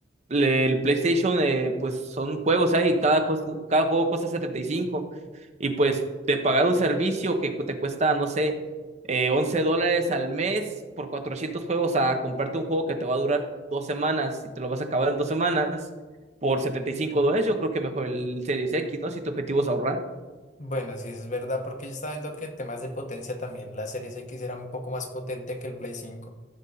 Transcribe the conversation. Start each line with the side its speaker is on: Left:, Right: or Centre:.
Right: el PlayStation, eh, pues son juegos ahí, cada, cues- cada juego cuesta setenta Y cinco y pues de pagar un servicio que cu- te cuesta, no sé, eh, 11 dólares al mes por 400 juegos a comprarte un juego que te va a durar dos semanas y te lo vas a acabar en dos semanas por 75 dólares, yo creo que mejor el Series X, ¿no? Si tu objetivo es ahorrar.
Left: Bueno, sí, eso es verdad, porque yo estaba viendo que temas de potencia también, la Series X era un poco más potente que el Play cinco